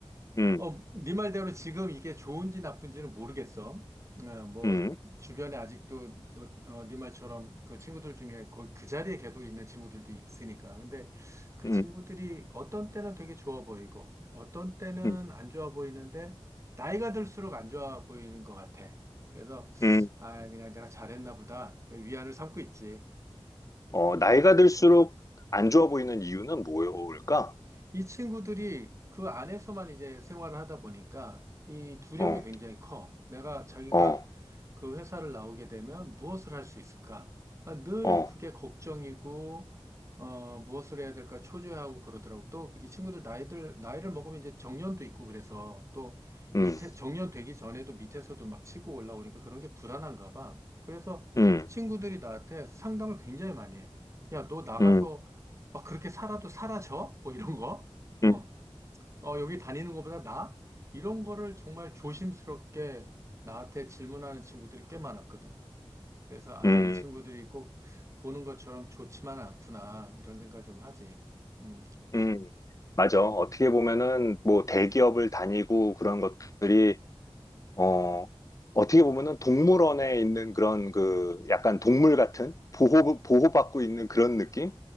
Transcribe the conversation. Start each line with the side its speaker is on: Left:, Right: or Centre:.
Left: 음,
Right: 어,
Left: 음,
Right: 네 말대로 지금 이게 좋은지 나쁜지는 모르겠어. 어, 뭐
Left: 음,
Right: 주변에 아직도 너, 어, 네 말처럼 그 친구들 중에 거그 자리에 계속 있는 친구들도 있으니까. 근데 그
Left: 음,
Right: 친구들이
Left: 음.
Right: 어떤 때는 되게 좋아 보이고 어떤 때는
Left: 음.
Right: 안 좋아 보이는데 나이가 들수록 안 좋아 보이는 것 같아. 그래서
Left: 음.
Right: 아, 그냥 내가 잘했나 보다. 그 위안을 삼고 있지.
Left: 어, 나이가 들수록 안 좋아 보이는 이유는 뭐일까?
Right: 이 친구들이 그 안에서만 이제 생활을 하다 보니까 이 두려움이
Left: 어,
Right: 굉장히 커. 내가 자기가
Left: 어,
Right: 그 회사를 나오게 되면 무엇을 할 수 있을까? 아, 늘
Left: 어,
Right: 그게 걱정이고, 어, 무엇을 해야 될까 초조해하고 그러더라고. 또 이 친구들 나이들, 나이를 먹으면 이제 정년도 있고 그래서 또
Left: 음,
Right: 밑에, 정년 되기 전에도 밑에서도 막 치고 올라오니까 그런 게 불안한가 봐. 그래서
Left: 음,
Right: 친구들이 나한테 상담을 굉장히 많이 해. 야, 너 나가서
Left: 음,
Right: 막 그렇게 살아도 사라져? 뭐 이런 거? 어,
Left: 음, 음.
Right: 어, 여기 다니는 것보다 나? 이런 거를 정말 조심스럽게 나한테 질문하는 친구들이 꽤 많았거든. 그래서, 아,
Left: 음.
Right: 이 친구들이 꼭 보는 것처럼 좋지만은 않구나. 이런 생각을 좀 하지. 음,
Left: 음, 맞아. 어떻게 보면은 뭐 대기업을 다니고 그런 것들이 어 어떻게 보면은 동물원에 있는 그런 그 약간 동물 같은 보호 보호받고 있는 그런 느낌일